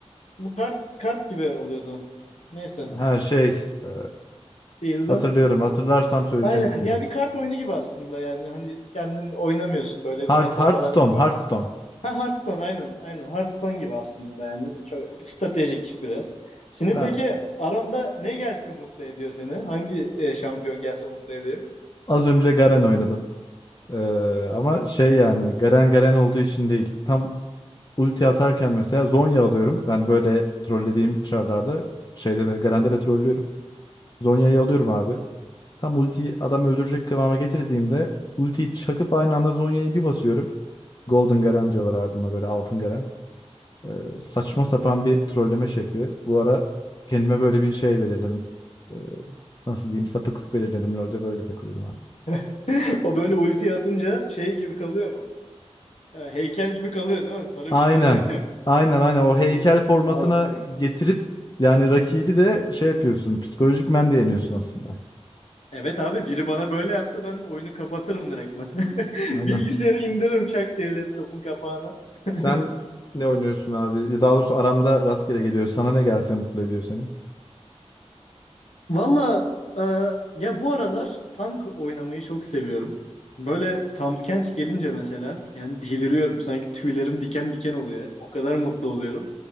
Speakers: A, on the left; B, on the left.
A: Bu kart kart gibi oluyordu. Neyse.
B: Ha şey. e,
A: Değildi.
B: hatırlıyorum. Hatırlarsam söyleyeceğim
A: Aynen.
B: ismini.
A: Ya bir kart oyunu gibi aslında yani. Hani kendin oynamıyorsun. Böyle
B: Heart,
A: bir meta
B: Hearthstone.
A: falan yok
B: Hearthstone.
A: Ha Hearthstone aynen aynen Hearthstone gibi aslında yani çok stratejik biraz. Senin
B: Ben
A: peki aramda ne gelsin mutlu ediyor seni? Hangi e, şampiyon gelsin mutlu ediyor?
B: az önce Garen oynadım. E, ama şey yani Garen Garen olduğu için değil. Tam ulti atarken mesela Zhonya alıyorum. Ben böyle trollediğim çarlarda şeyde de Garen'de de trollüyorum. Zhonya'yı alıyorum abi. Tam ultiyi adam öldürecek kıvama getirdiğimde ultiyi çakıp aynı anda Zhonya'yı bir basıyorum. Golden Garen diyorlar abi buna böyle altın Garen. Ee, saçma sapan bir trolleme şekli. Bu ara kendime böyle bir şey belirledim. Ee, nasıl diyeyim sapıklık belirledim. LoL'de böyle takılıyorum abi.
A: <laughs> O böyle ulti atınca şey gibi kalıyor mu? E, heykel gibi kalıyor değil mi? Sarı
B: Aynen.
A: bir şey oluyor.
B: Aynen aynen o heykel
A: <laughs>
B: formatına
A: Abi.
B: getirip yani rakibi de şey yapıyorsun. Psikolojik men de yeniyorsun aslında.
A: Evet abi biri bana böyle yapsa ben oyunu kapatırım direktman. <laughs>
B: Aynen.
A: Bilgisayarı indiririm şak diye laptopun kapağına. <laughs>
B: Sen ne oynuyorsun abi? Ya daha doğrusu aramda rastgele geliyor. Sana ne gelse mutlu ediyor seni.
A: Valla e, ya bu aralar tank oynamayı çok seviyorum. Böyle Tampkench gelince mesela yani deliriyorum. Sanki tüylerim diken diken oluyor. O kadar mutlu oluyorum.